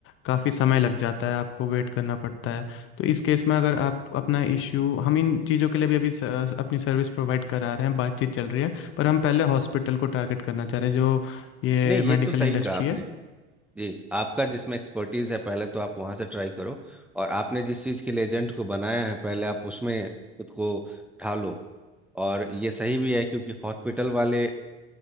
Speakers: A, on the left; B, in the centre.
A: काफ़ी समय लग जाता है आपको वेट करना पड़ता है तो इस केस में अगर आप अपना इश्यू हम इन चीज़ों के लिए भी अभी स, अपनी सर्विस प्रोवाइड करा रहे हैं बातचीत चल रही है पर हम पहले हॉस्पिटल को टारगेट करना चाह रहे हैं जो ये
B: नहीं
A: मेडिकल
B: ये तो सही
A: इंडस्ट्री
B: कहा आपने
A: है
B: जी आपका जिसमें एक्सपर्टीज है पहले तो आप वहां से ट्राई करो और आपने जिस चीज के लिए एजेंट को बनाया है पहले आप उसमें खुद को ढालो और ये सही भी है क्योंकि हॉस्पिटल वाले